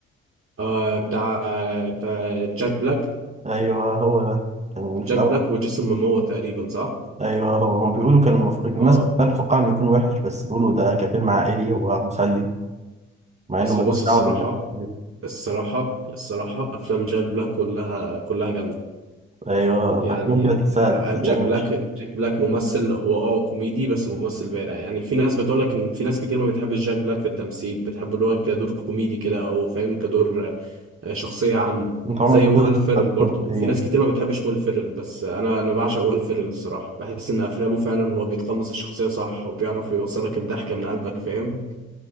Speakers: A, on the right; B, on the right.
A: آه بتاع آه بتاع جاك بلاك
B: ايوه هو ده كان
A: جاك
B: في الاول
A: بلاك وجيسون ماموا تقريبا صح
B: ايوه هو ما بيقولوا كان المف... الناس
A: اه
B: كلها بتتوقع انه يكون وحش بس بيقولوا ده كفيلم عائلي هو مسلي مع
A: اصل
B: انه ملوش
A: بص
B: دعوه
A: الصراحه
B: بال
A: الصراحه الصراحه افلام جاك بلاك كلها كلها جامده
B: ايوه
A: يعني
B: فافلام كده تحسها
A: آه،
B: يعني
A: جاك بلاك
B: مش
A: جاك بلاك ممثل هو اه كوميدي بس ممثل بارع يعني في ناس بتقول لك ان في ناس كتير ما بتحبش جاك بلاك في التمثيل بتحب اللي هو كدور كوميدي كده او فاهم كدور آه، شخصيه عامه
B: انت عمرك
A: زي
B: ما
A: ويل
B: تقدر
A: فيرل
B: تتفرج
A: برضه
B: دي
A: في
B: يعني
A: ناس كتير ما بتحبش ويل فيرل بس انا انا بعشق ويل فيرل الصراحه بحس ان افلامه فعلا هو بيتقمص الشخصيه صح وبيعرف يوصلك الضحكه من قلبك فاهم